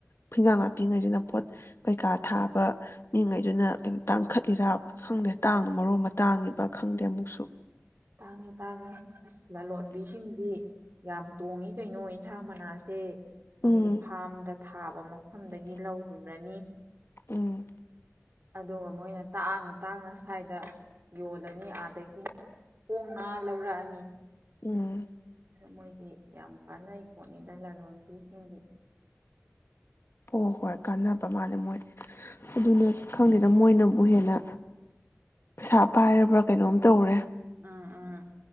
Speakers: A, on the left (about 60°); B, on the right (about 50°).
A: ꯐꯤꯟꯖꯥꯡ ꯅꯥꯄꯤꯉꯩꯁꯤꯅ ꯄꯣꯠ ꯀꯩꯀꯥ ꯊꯥꯕ ꯃꯤꯉꯩꯗꯨꯅ ꯀꯩ ꯇꯥꯡꯈꯠꯂꯤꯔꯥ ꯈꯪꯗꯦ ꯇꯥꯡꯅ ꯃꯔꯣꯟ ꯑꯃ ꯇꯥꯡꯉꯤꯕ ꯈꯪꯗꯦ ꯑꯃꯨꯛꯁꯨ
B: ꯇꯥꯡꯉꯦ ꯇꯥꯡꯉꯦ ꯑꯁ ꯂꯂꯣꯟꯕꯤꯁꯤꯡꯗꯤ ꯌꯥꯝ ꯇꯣꯡꯉꯤ ꯀꯩꯅꯣ ꯏꯟꯁꯥꯡ ꯃꯅꯥꯁꯦ ꯃꯣꯏꯒꯤ
A: ꯎꯝ
B: ꯐꯥꯝꯗ ꯊꯥꯕ ꯃꯐꯝꯗꯒꯤ ꯂꯧꯔꯨꯔꯅꯤ
A: ꯎꯝ
B: ꯑꯗꯨꯒ ꯃꯣꯏꯅ ꯇꯥꯡꯅ ꯇꯥꯡꯅ ꯁ꯭ꯋꯥꯏꯗ ꯌꯣꯜꯂꯅꯤ ꯑꯥꯗꯒꯤ ꯍꯣꯡꯅ ꯂꯧꯔꯛꯑꯅꯤ
A: ꯎꯝ
B: ꯃꯣꯏꯗꯤ ꯌꯥꯝ ꯀꯥꯟꯅꯩ ꯄꯣꯠꯅꯤꯗ ꯂꯂꯣꯟꯕꯤꯁꯤꯡꯗꯤ
A: ꯑꯣ ꯍꯣꯏ ꯀꯥꯟꯅꯕ ꯃꯥꯜꯂꯦ ꯃꯣꯏ ꯑꯗꯨꯅ ꯈꯪꯗꯦꯗ ꯃꯣꯏꯅꯕꯨ ꯍꯦꯟꯅ ꯄꯩꯁꯥ ꯄꯥꯏꯔꯕ꯭ꯔꯥ ꯀꯩꯅꯣꯝ ꯇꯧꯔꯦ
B: ꯎꯝ ꯎꯝ